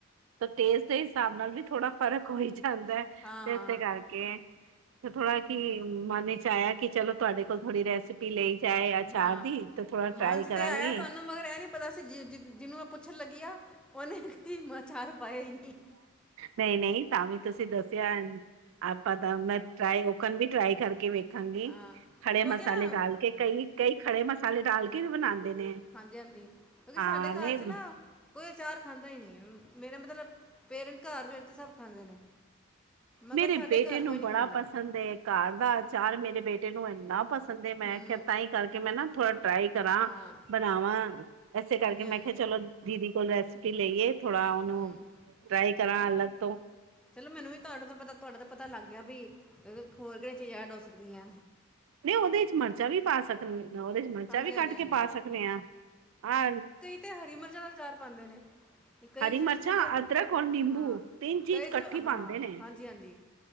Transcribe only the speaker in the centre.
ਹਾਂ
ਹਾਂ
ਹਾਂ।
ਮਨ 'ਚ ਤੇ
ਆਇਆ ਤੁਹਾਨੂੰ ਮਗਰ ਇਹ ਨੀ ਪਤਾ ਸੀ ਜਿਹਨੂੰ ਮੈ ਪੁੱਛਣ ਲਗੀ ਉਹਨੇ ਕਰਦੀ ਆਚਾਰ ਪਾਇਆ ਈ ਨੀ।
ਹਾਂ
ਕਿਉਂਕਿ ਨਾ
ਹਾਂਜੀ-ਹਾਂਜੀ। ਕਿਉਂਕਿ
ਸਾਡੇ ਘਾਰ
'ਚ ਨਾ ਕੋਈ ਆਚਾਰ ਖਾਂਦਾ ਈ ਨੀ ਆ। ਮੇਰਾ ਮਤਲਬ, ਪੇਰੈਂਟ ਘਾਰ ਵਿਚ ਸਭ ਖਾਂਦੇ ਨੇ। ਮਗਰ
ਸਾਡੇ
ਘਰ
ਕੋਈ ਨਹੀਂ
ਖਾਂਦਾ
ਹੂੰ
ਹਾਂ
ਹਾਂਜੀ ਹਾਂਜੀ
ਹੂੰ
ਚਲੋ, ਮੈਨੂੰ ਵੀ ਤੁਹਾਡੇ ਤੋ ਪਤਾ, ਤੁਹਾਡਾ ਤਾਂ ਪਤਾ ਲਗ ਗਿਆ ਵੀ। ਹੋਰ ਕਿਹੜੀਆਂ ਚੀਜ਼ਾਂ ਐਡ ਹੋ ਸਕਦੀਐ।
ਹਾਂਜੀ
ਹਾਂਜੀ
ਹਾਂਜੀ
ਤੇ ਹਰੀਆਂ ਮਰਚਾਂ ਦਾ ਆਚਾਰ ਪਾਂਦੇ ਨੇ। ਤੇ ਕਈ
ਇਹਦੇ
'ਚ ਸਿਰਫ਼
ਹਾਂ,
ਕਈ
ਸਿਰਫ਼ ਹਾਂ,
ਹਾਂਜੀ-ਹਾਂਜੀ।